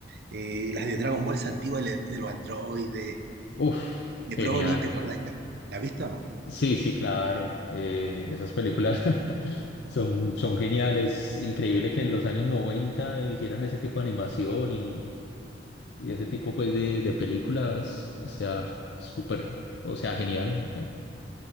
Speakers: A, on the right; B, on the left.
A: eh, las de Dragon Ball esas antiguas, de, de los androides,
B: Uf,
A: de
B: genial.
A: Broly, ¿te acordás? ¿La, la has visto o no?
B: Sí, sí, claro. eh, esas películas <laughs> son, son geniales. Increíble que en los años 90 hicieran ese tipo de animación y, y ese tipo pues de, de películas. O sea, súper, o sea, genial. eh.